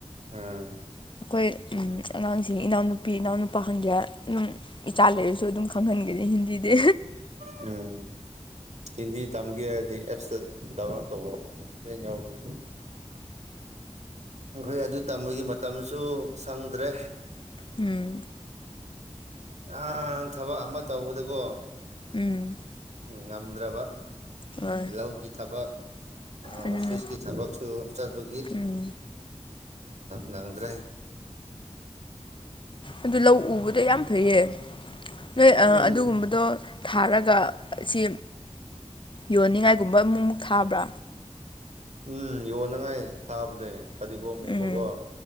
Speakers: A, on the right (about 80°); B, on the left (about 45°).
A: ꯎꯝ
B: ꯑꯩꯈꯣꯏ ꯑꯉꯥꯡꯁꯤꯡ ꯏꯅꯥꯎꯅꯨꯄꯤ ꯏꯅꯥꯎꯅꯨꯄꯥ ꯈꯪꯒꯦ ꯑꯗꯨꯝ ꯏꯆꯥ ꯂꯩꯔꯁꯨ ꯑꯗꯨꯝ ꯈꯪꯍꯟꯒꯅꯤ ꯍꯤꯟꯗꯤꯗꯤ
A: ꯎꯝ ꯍꯤꯟꯗꯤ ꯇꯝꯒꯦ ꯍꯥꯏꯔꯗꯤ ꯑꯦꯞꯁꯇ ꯗꯥꯎꯟꯂꯣꯗ ꯇꯧꯕ ꯂꯦꯟ ꯌꯥꯎꯕꯅꯦ ꯑꯩꯈꯣꯏ ꯑꯗꯨ ꯇꯝꯕꯒꯤ ꯃꯇꯝꯁꯨ ꯁꯪꯗ꯭ꯔꯦ
B: ꯎꯝ
A: ꯑ ꯊꯕꯛ ꯑꯃ ꯇꯧꯕꯗꯀꯣ
B: ꯎꯝ
A: ꯉꯝꯗ꯭ꯔꯕ
B: ꯍꯣꯏ
A: ꯂꯧꯒꯤ ꯊꯕꯛ ꯑꯣꯐꯤꯁꯀꯤ
B: ꯑꯗꯨꯅ
A: ꯊꯕꯛꯁꯨ ꯆꯠꯄꯒꯤ
B: ꯎꯝ
A: ꯅꯪꯗ꯭ꯔꯦ
B: ꯑꯗꯨ ꯂꯧ ꯎꯕꯗꯣ ꯌꯥꯝ ꯐꯩꯌꯦ ꯅꯣꯏ
A: ꯎꯝ
B: ꯑꯗꯨꯒꯨꯝꯕꯗꯣ ꯊꯥꯔꯒ ꯑꯁꯤ ꯌꯣꯟꯅꯤꯡꯉꯥꯏꯒꯨꯝꯕ ꯑꯃꯨꯛꯃꯨꯛ ꯊꯥꯕ꯭ꯔꯥ
A: ꯎꯝ ꯌꯣꯟꯅꯉꯥꯏ ꯊꯥꯕꯅꯦ ꯐꯗꯤꯒꯣꯝꯒꯨꯝꯕꯀꯣ
B: ꯎꯝ